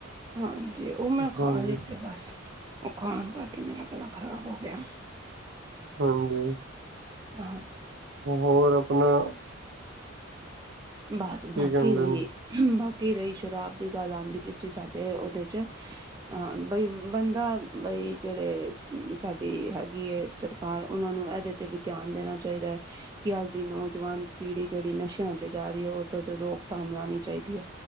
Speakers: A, on the right; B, on the right.
A: ਹਾਂਜੀ, ਉਹ ਮੈਂ
B: ਹਾਂਜੀ
A: ਖਾ ਲਿੱਤੇ ਬਸ। ਉਹ ਖਾਣ ਕਰਕੇ ਮੇਰਾ ਗਲਾ ਖ਼ਰਾਬ ਹੋ ਗਿਆ।
B: ਹਾਂਜੀ।
A: <unintelligible>
B: ਹੋਰ ਆਪਣਾ
A: ਬਸ
B: ਕੀ
A: ਬਾਕੀ
B: ਕਹਿੰਦੇ
A: ਰਹੀ।
B: ਨੇ
A: ਬਾਕੀ ਰਹੀ ਸ਼ਰਾਬ ਦੀ ਗੱਲ ਆਉਂਦੀ ਪੀ ਸੀ ਸਾਡੇ ਉਹਦੇ 'ਚ। ਹਾਂ, ਬਈ ਬੰਦਾ ਬਈ ਜਿਹੜੇ ਸਾ ਡੀ ਜਿਹੜੀ ਹੈਗੀ ਸਰਕਾਰ ਉਹਨਾ ਨੂੰ ਇਹਦੇ ਤੇ ਵੀ ਧਿਆਨ ਦੇਣਾ ਚਾਹੀਦਾ ਕਿ ਅੱਜ ਦੀ ਨੋ ਜਵਾਨ ਪੀੜੀ ਜਿਹੜੀ ਨਸ਼ਿਆਂ ਚ ਜਾ ਰਹੀ ਆ ਉਦ ਤੋਂ ਰੋਕਥਾਮ ਲਾਉਣੀ ਚਾਹੀਦੀ ਆ।